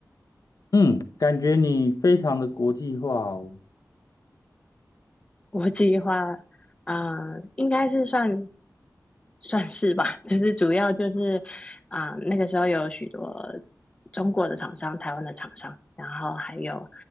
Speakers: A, on the left (about 65°); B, on the left (about 20°).
A: 嗯，感觉你非常的国际化哦。
B: 我计划，嗯、应该是算算是吧，就是主要就是啊、呃那个时候有许多中国的厂商、台湾的厂商，然后还有